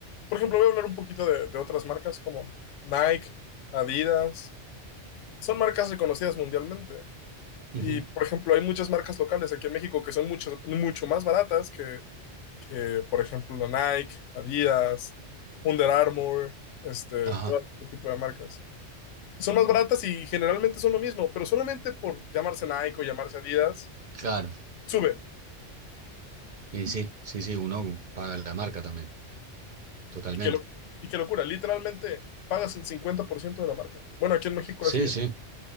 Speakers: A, on the left; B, on the right.
A: Por ejemplo, voy a hablar un poquito de, de otras marcas como Nike, Adidas. son marcas reconocidas mundialmente. Y,
B: Ujú.
A: por ejemplo, hay muchas marcas locales aquí en México que son mucho, mucho más baratas que, que, por ejemplo, Nike, Adidas, Under Armour, este,
B: Ajá,
A: todo este tipo de marcas. Y son más baratas y generalmente son lo mismo, pero solamente por llamarse Nike o llamarse Adidas,
B: claro.
A: sube.
B: Y sí, sí, sí, uno paga la marca también, totalmente.
A: Y, y qué, lo- y qué locura, literalmente pagas el 50% de la marca. Bueno, aquí en México
B: Sí,
A: así es.
B: sí,